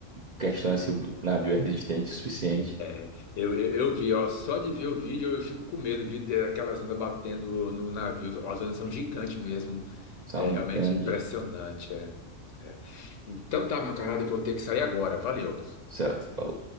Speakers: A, on the right; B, on the left.
A: questiona se o navio é resistente o suficiente,
B: É, eu, eu, eu vi, ó, só de ver o vídeo eu fico com medo de de- daquelas ondas batendo no navio. Ó, As ondas são gigantes mesmo.
A: são
B: É realmente
A: grande,
B: impressionante. É, é. Então tá, meu camarada, eu vou ter que sair agora. Valeu.
A: certo?